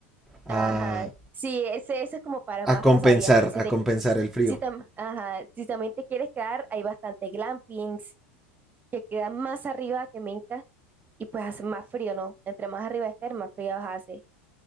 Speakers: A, in the centre; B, on the right.
A: a,
B: ajá, sí, ese, ese es como para más
A: a compensar,
B: pasadías, pero si
A: a
B: te,
A: compensar
B: qui-
A: el frío.
B: Si, tam- ajá, si también te quieres quedar, hay bastantes glampings que quedan más arriba que Minca y pues hace más frío, ¿no? Entre más arriba estés, más frío hace.